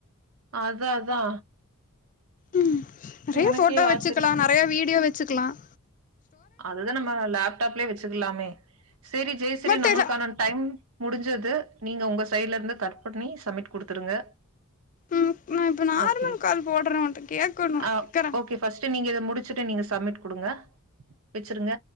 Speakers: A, on the right (about 65°); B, on the left (about 35°).
A: அதா அதா
B: உம் நெறையா
A: எனக்கே
B: போட்டோ வச்சுக்கலான்
A: ஆச்சரியம்
B: நெறையா வீடியோ வச்சுக்கலான்
A: அதுதா நம்ம லேப்டப்லயே வச்சுக்கலாமே செரி ஜெய் ஸ்ரீ
B: பட்
A: நம்மளுக்கான
B: இத
A: டைம் முடிஞ்ச து நீங்க உங்க சைடுலருந்து கட் பண்ணி சப்மிட் குடுத்துருங்க
B: ம் நா இப்ப நார்மல்
A: ஓகே
B: கால் போடுறவன்ட்ட கேக்கணு
A: அ
B: வைக்கறே
A: ஓகே ஃபஸ்ட் நீங்க எத முடிச்சுட்டு நீங்க சப்மிட் கொடுங்க வச்சுருங்க.